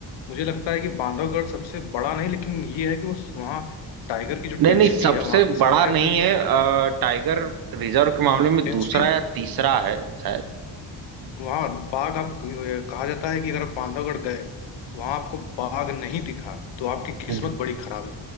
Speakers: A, on the left (about 80°); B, on the right (about 55°).
A: मुझे लगता है कि बांधवगढ़ सबसे बड़ा नहीं लेकिन ये है कि वो वहाँ टाइगर की जो
B: नहीं
A: डेंसिटी
B: नहीं सबसे
A: है वहाँ की
B: बड़ा
A: संख्या
B: नहीं
A: जो
B: है अ, टाइगर रिजर्व के मामले में
A: डेंसिटी
B: दूसरा या तीसरा है शायद
A: वहाँ बाघ आप कहा जाता है कि अगर आप बांधवगढ़ गए वहां आपको बाघ नहीं दिखा तो आपकी किस्मत
B: हम्म।
A: बड़ी खराब है